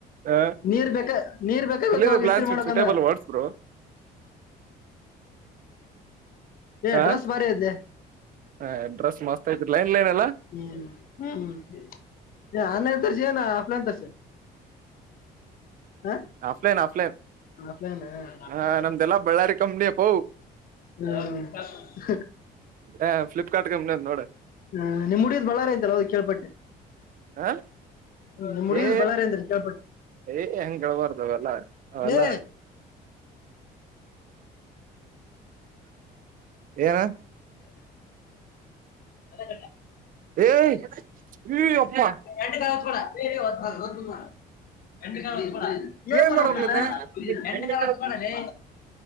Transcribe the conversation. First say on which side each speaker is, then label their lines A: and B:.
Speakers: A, on the right; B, on the left.
A: ಹ
B: ನೀರ್ ನೀರ್ ಬೇಕ ಬೇಕ
A: ಇಲ್ಲ
B: ಅವಾಗ
A: ಪ್ಲಾನ್
B: ಇಸ್ತ್ರಿ
A: ಸಿ
B: ಮಾಡಕಂದ್ರ
A: ಸೂಟೇಬಲ್ ಮಾಡಸರು
B: ಏ
A: ಆ
B: ಡ್ರೆಸ್ ಬಾರಿ ಐತ್ಲೆ
A: ಹಾ ಡ್ರೆಸ್ ಮಸ್ತತ್ ಐ್ ಲೈನ್ ಲೈನ್ ಎಲ್ಲಾ
B: ಹ್ಮ ಹ್ಮ್ಮ ಆನ್ಲೈನ್ ತಸ ಆಫ್ಲೈನ್ ತ ಹ
A: ಆಫ್ಲೈನ್ ಆಫ್ಲೈನ್
B: ಆಫ್ಲೈನ್ ಹ್ಮ್
A: ಹ ನಮ್ದೆಲ್ಲಾ ಬಳ್ಳಾರಿ ಕಂಪ್ನಿಯ ಪ
B: ಹ್ಮ್
A: ಹ ್ಲಿಪ್ಕಾರ್ಟ್ ಕಂಪ್ನಿಯ ನೋಡ
B: ಹ ನಿಮ್ುಡಿದ್ ಬಾರ ಅಂತಲ್ಲ ಅದಕ್ಕೆ ಕೇಳ್ಪಟ್ಟೆ
A: ಹಾ
B: ನಿಮ್ ಹುಡಿದ್
A: ಏ
B: ಬಳ್ಳಾರಿ ಅಂತ ಕೇಳ್ಪಟ್ಟೆ
A: ಏ ಹೆಂಗಬಾರ್ದ್ಲ್ಲ ಅವೆಲ್ಲ
B: ಲೇ
A: ಏನ
B: ಅದ
A: ಏಯ್ ಈ ಅಪ್ಪ
B: ಎಟಾವಡ ಮಾಡ ಹೆಟು ಕಾಲ ಹೊತ್ತು ಮಾಡ ಏನ್
A: ಏನ್
B: ಮಾಡಿಂದ
A: ಮಾಡ್ಬೇಕ್ ಇದ್ನ
B: ಹೆಟು ಕಾಲ ಹೊತ್ತು ಮಾಡಲಿ